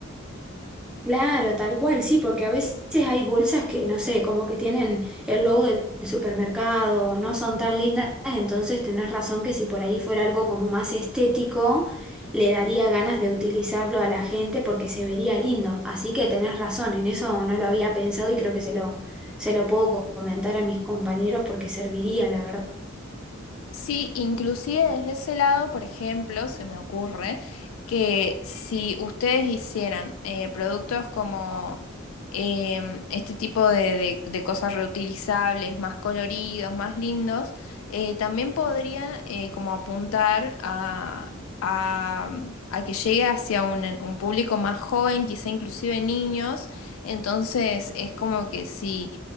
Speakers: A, in the centre; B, on the left.
A: Claro, tal cual, sí, porque a veces hay bolsas que, no sé, como que tienen el logo del supermercado, no son tan lindas, entonces tenés razón que si por ahí fuera algo como más estético, le daría ganas de utilizarlo a la gente porque se vería lindo. Así que tenés razón, en eso no lo había pensado y creo que se lo, se lo puedo co- comentar a mis compañeros porque serviría, la verdad.
B: Sí, inclusive desde ese lado, por ejemplo, se me ocurre que si ustedes hicieran eh, productos como em, este tipo de, de- de cosas reutilizables, más coloridos, más lindos, eh, también podrían eh, como apuntar a, a- a que llegue hacia un, un público más joven, quizá inclusive niños. Entonces es como que si